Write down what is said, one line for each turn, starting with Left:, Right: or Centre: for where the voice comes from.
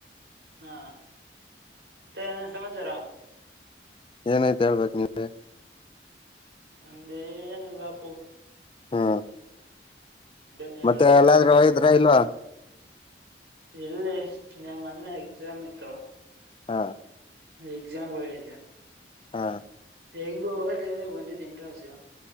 Right: ಹಾ ಮತ್ತೆ ಏನೆನ್ ಸಮಾಚಾರಾ
Left: ಏನಾಯ್ತ ಹೇಳ್ಬೇಕ್ ನೀವೇ
Right: ನಂದೇನಿಲ್ಲಪ್ಪೋ
Left: ಹ್ಮ್
Right: ನೀವ್
Left: ಮತ್ತೆ
Right: ಹೇಳೋದು
Left: ಎಲ್ಲಾದ್ರೂ
Right: ನನ್ ಕೈ
Left: ಹೋಗಿದ್ರಾ ಇಲ್ವಾ
Right: ಇಲ್ಲಿ ನಾ ಮೊನ್ನೆ ಎಕ್ಸಾಮ್ ಇತ್ತು
Left: ಹಾ
Right: ಎಕ್ಸಾಮ ವೇಟ್.
Left: ಹಾ
Right: ಹೆಂಗೂ ಓದಿರೋದೆ ಬಂದಿದ್ದ್ ಇಂಟ್ರನ್ಸ್ಗೇ